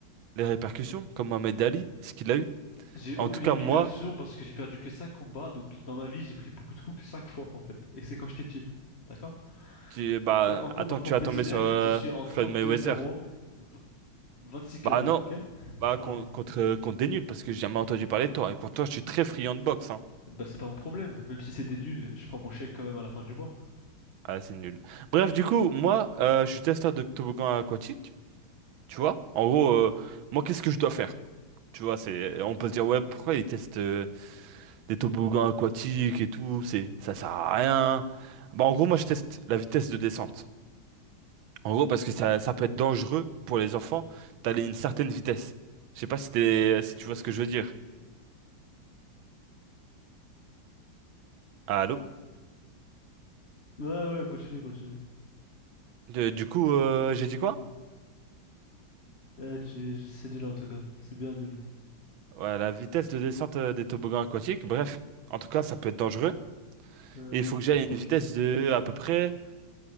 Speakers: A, on the right; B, on the left.
A: les répercussions, comme Mohamed Ali, ce qu'il a eu.
B: J'ai
A: En
B: aucune
A: tout cas,
B: récupération
A: moi,
B: parce que j'ai perdu que 5 combats, donc dans ma vie j'ai pris beaucoup de coups que 5 fois en fait, et que c'est quand j'étais petit, d'accord?
A: tu, bah,
B: Et en combat
A: attends
B: professionnel,
A: que tu vas tomber sur euh,
B: je suis en trente
A: Floyd Mayweather.
B: deux zéro v- 26 KO,
A: Bah non,
B: ok?
A: Bah, contre,
B: Voilà.
A: contre, contre des nuls, parce que j'ai jamais entendu parler de toi. Et pourtant, je suis très friand de boxe, hein.
B: Bah c'est pas mon problème, même si c'est des nuls, je prends mon chèque quand même à la fin du mois.
A: Ah, c'est nul. Bref, du coup, moi, euh, je suis testeur de toboggan aquatique, tu vois. En gros, euh, moi, qu'est-ce que je dois faire? Tu vois, c'est, on peut se dire, ouais, pourquoi ils testent euh, des toboggans aquatiques et tout, c'est, ça sert à rien. Bah, en gros, moi, je teste la vitesse de descente. En gros, parce que ça, ça peut être dangereux pour les enfants d'aller à une certaine vitesse. Je sais pas si t'es- si tu vois ce que je veux dire. Allô?
B: Ouais ouais, continue, continue.
A: Euh, Du coup, euh, j'ai dit quoi?
B: Eh, tu- c'est nul en tout cas, c'est bien nul.
A: Ouais, la vitesse de descente euh, des toboggans aquatiques, bref, en tout cas, ça peut être dangereux.
B: Ouais,
A: Et il faut que j'aille
B: trop
A: à
B: dangereux.
A: une vitesse de à peu près